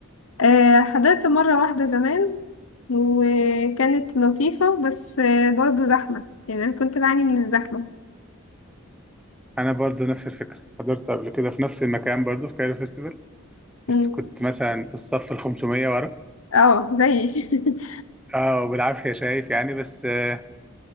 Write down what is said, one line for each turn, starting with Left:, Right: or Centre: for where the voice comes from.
Left: آه، حضرت مرة واحدة زمان وكانت لطيفة بس آه، برضه زحمة يعني أنا كنت بعاني من الزحمة
Centre: انا برضو نفس الفكره حضرت قبل كده في نفس المكان برضو في كايرو فيستيفال
Left: مم.
Centre: بس كنت مثلا في الصف ال 500 ورا
Left: اه زيي <laughs>
Centre: اه وبالعافيه شايف يعني بس آه،